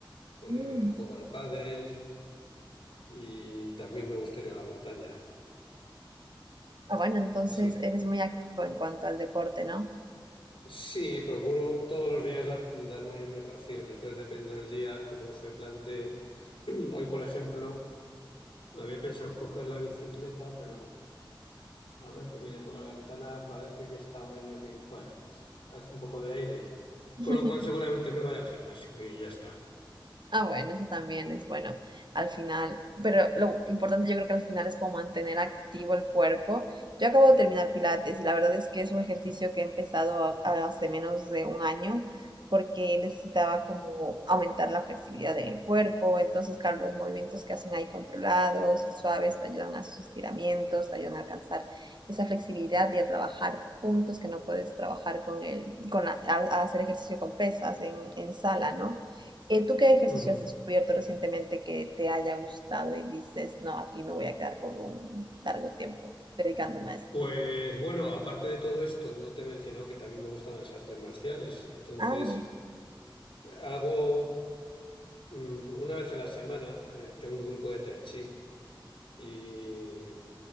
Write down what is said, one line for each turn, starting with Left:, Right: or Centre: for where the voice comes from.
Left: eh,
Right: Mm.
Left: juego al pádel y también me gusta ir a la montaña.
Right: Ah, bueno, entonces
Left: Así.
Right: eres muy activo en cuanto al deporte, ¿no?
Left: Sí, procuro todos los días haz- darme mi ración. Entonces, dependiendo del día, como se plantee. <clears throat> Hoy, por ejemplo, había pensado coger la bicicleta, pero a ver que miré por la ventana, parece que está medio que, bueno, hace un poco de aire.
Right: <laughs>
Left: Con lo cual, seguramente me vaya al gimnasio y ya está.
Right: Ah, bueno, eso también es bueno al final, pero lo importante yo creo que al final es como mantener activo el cuerpo. Yo acabo de terminar Pilates y la verdad es que es un ejercicio que he empezado a- a hace menos de un año porque necesitaba como aumentar la flexibilidad en el cuerpo, entonces claro, los movimientos que hacen ahí controlados y suaves te ayudan a esos estiramientos, te ayudan a alcanzar esa flexibilidad y a trabajar puntos que no puedes trabajar con el, con la- a, a hacer ejercicio con pesas en, en sala, ¿no? Eh, ¿tú qué ejercicio
Left: Ujú.
Right: has descubierto recientemente que te haya gustado y dices, no, aquí me voy a quedar por un largo tiempo dedicándome a esto?
Left: Pues bueno, aparte de todo esto, no te he mencionado que también me gustan las artes marciales. Y entonces,
Right: Ah,
Left: eh, hago mm, una vez a la semana, eh, tengo un grupo de tai chi. y